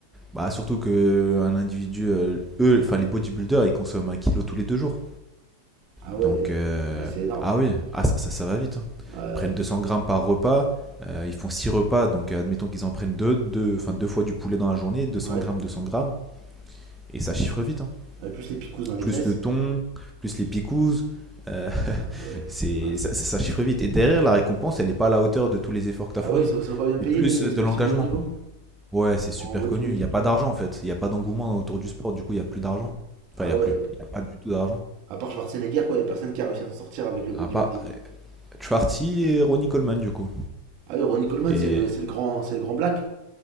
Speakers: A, in the centre; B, on the right.
A: Bah surtout que un individu, euh, eux, enfin les bodybuilders, ils consomment un kilo tous les deux jours.
B: Ah ouais
A: Donc euh,
B: Ouais, c'est énorme.
A: ah oui, ah ça, ça, ça va vite. hein.
B: Ouais.
A: Ils prennent 200 grammes par repas. euh, ils font 6 repas, donc euh, admettons qu'ils en prennent deux, deux, enfin deux fois du poulet dans la journée, deux cents
B: Ouais.
A: grammes, 200 grammes, et ça chiffre vite. hein.
B: Ouais, plus les picousses dans les
A: Plus
B: fesses.
A: le thon, plus les picouzes, Euh,
B: Ah ouais,
A: c'est
B: mince.
A: ça, ça- ça chiffre vite. Et derrière, la récompense, elle n'est pas à la hauteur de tous les efforts que tu as
B: Ah
A: fournis.
B: ouais, ils sont, sont pas bien payés
A: C'est plus
B: les
A: euh,
B: sportifs
A: de l'engagement.
B: de haut niveau
A: Ouais, c'est super
B: En bodybuilding
A: connu. Il n'y a pas d'argent en fait. Il n'y a pas d'engouement autour du sport. Du coup, il n'y a plus d'argent. Enfin,
B: Ah
A: il n'y a
B: ouais.
A: plus. Il n'y a pas du tout d'argent.
B: À part Schwarzenegger, quoi, y a personne qui a réussi à s'en sortir avec le bodybuilding.
A: À part Schwarty et Ronnie Coleman, du coup.
B: Ah oui, Ronnie Coleman,
A: Et
B: c'est le, c'est le, grand, c'est le grand black.